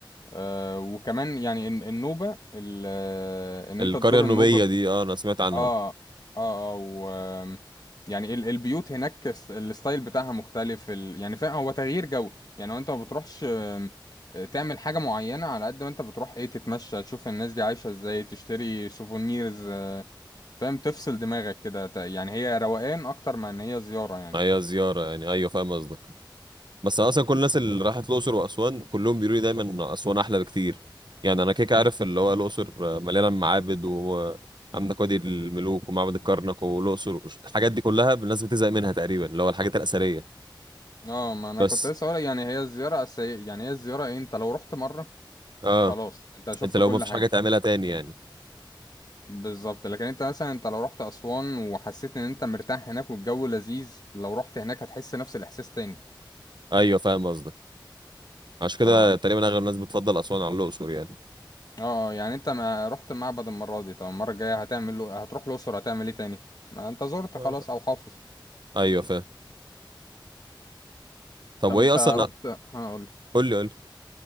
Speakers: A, on the left; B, on the right.
A: آه وكمان يعني الن- النوبة ال- آه، ان
B: القريه
A: انت تزور
B: النوبيه
A: النوبة
B: دي اه انا سمعت عنها
A: اه اه اه و آم، يعني ال- البيوت هناك الس- الستايل بتاعها مختلف ال... يعني فاهم هو تغيير جو يعني هو انت ما بتروحش آم، آه، تعمل حاجة معينة على قد ما انت بتروح ايه تتمشى تشوف الناس دي عايشة ازاي تشتري سوفونيرز آه، فاهم تفصل دماغك كده ت- يعني هي روقان اكتر ما ان هي زيارة يعني
B: هي زياره يعني ايوه فاهم قصدك بس انا اصلا كل الناس اللي راحت الاقصر واسوان كلهم بيقولوا لي دايما إن اسوان احلى بكتير يعني انا كيك عارف اللي هو الاقصر مليانه معابد وعندك وادي الملوك ومعبد الكرنك والاقصر وش- الحاجات دي كلها الناس بتزهق منها تقريبا اللي هو الحاجات الاثريه
A: اه ما انا
B: بس
A: كنت لسه هقول يعني هي الزيارة أساسية يعني هي الزيارة إيه؟ انت لو رحت مرة
B: اه
A: خلاص انت شفت
B: انت لو
A: كل
B: ما فيش
A: حاجة
B: حاجه تعملها تاني يعني
A: بالظبط لكن انت مثلا انت لو رحت اسوان وحسيت ان انت مرتاح هناك والجو لذيذ لو رحت هناك هتحس نفس الاحساس تاني
B: ايوه فاهم قصدك عشان كده
A: ف
B: تقريبا اغلب الناس بتفضل اسوان على الاقصر يعني
A: اه يعني انت ما رحت معبد المره دي طب المره الجايه هتعمل له هتروح الاقصر هتعمل ايه تاني ما انت زرت
B: آه،
A: خلاص او حافظ
B: ايوه فاهم طب
A: طب
B: وايه
A: انت
B: اصلا
A: رحت هقول
B: قول لي قول لي